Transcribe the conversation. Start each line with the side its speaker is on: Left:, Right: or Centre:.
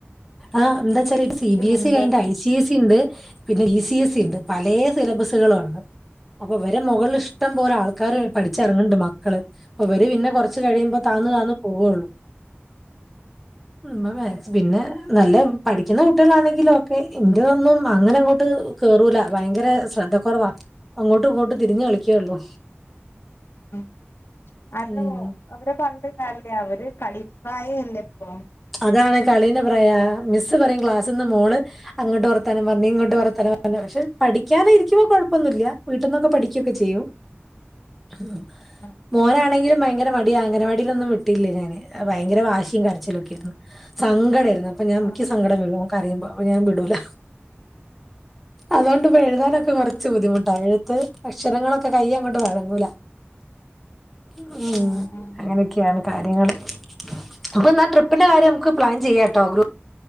Centre: ആഹ് എന്നുവെച്ചാല് സി
Left: ഇപ്പൊ
Centre: ബി എസ്
Left: interview
Centre: ഇ കഴിഞ്ഞ് I C - C S C ഉണ്ട് പിന്നെ ഇ സി എസ് സി ഉണ്ട് പല സിലബസുകളും ആണ് അപ്പൊ വരെ മുകളിൽ ഷ- ഇഷ്ടം പോല ആൾക്കാര് പഠിച്ചിറങ്ങുന്നുണ്ട് മാ- അവര് പിന്നെ കൊറച്ച് കഴിയുമ്പോ താന്നു താന്നു പോവുള്ളൂ ഉമ്മ
Left: ആഹ്
Centre: വാങ്ങിച്ചു പിന്നെ- നല്ല പഠിക്കുന്ന കുട്ടികളാണെങ്കിൽ ഒക്കെ ഇന്റെതൊന്നും അങ്ങനെ അങ്ങോട്ട് കേറൂല ഭയങ്കര ശ്രദ്ധ- കൊറവാ അങ്ങോട്ടും ഇങ്ങോട്ടും തിരിഞ്ഞ് കളിക്കേയുള്ളൂ
Left: ഉം അത്
Centre: ഉം
Left: അവര് പറഞ്ഞിട്ടും കാര്യമില്ല അവര് കളിപ്രായം അല്ലേ ഇപ്പം
Centre: അതാണ് കളിന്ന് പറയാ മിസ്സ് പറയും ക്ലാസ്സ് ഇന്ന് മോള്- അങ്ങട്ട് വർത്താനം പറഞ്ഞ് ഇങ്ങട്ട് വർത്താനം പറഞ്ഞ് പക്ഷെ പഠിക്കാനായിരിക്കുമ്പോ കൊഴപ്പൊന്നില്ല വീട്ടിന്നൊക്കെ പഠിക്കൊക്കെ ചെയ്യും. ആഹ് <unintelligible>
Left: ആഹ്
Centre: മോനാണെങ്കിലും ഭയങ്കര മടിയാ അംഗനവാടിയിലൊന്നും വിട്ടില്ല ഞാന് ഭയങ്കര വാശിയും- കരച്ചിലൊക്കെ സങ്കടയായിരുന്നു അപ്പൊ ഞാൻ
Left: ആഹ്
Centre: ഇനിക്ക് സങ്കട- <unintelligible> ഓന് കരയുമ്പോ ഞാൻ വിടൂല അതോണ്ടും- ഇപ്പം എഴുതാനൊക്കെ കൊറച്ച് ബുദ്ധിമുട്ടാ എഴുത്ത് അക്ഷരങ്ങളൊക്കെ കയ്യ് അങ്ങോട്ട് വഴങ്ങൂല മ്മ്
Left: ആഹ്
Centre: അങ്ങനെയൊക്കെയാണ് കാര്യങ്ങള് അപ്പൊ എന്നാ ട്രിപ- ട്രിപിന്റെ കാര്യം നമുക്ക് പ്ലാൻ ചെയ്യാട്ടോ ഗ്രൂ